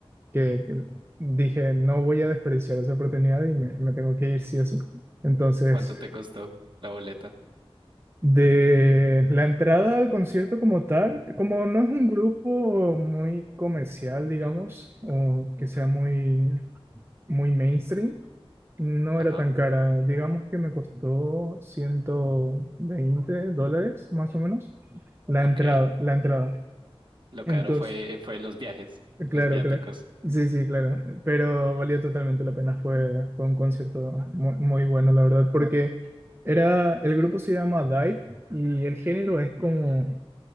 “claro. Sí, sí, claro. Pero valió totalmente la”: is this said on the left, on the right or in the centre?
Right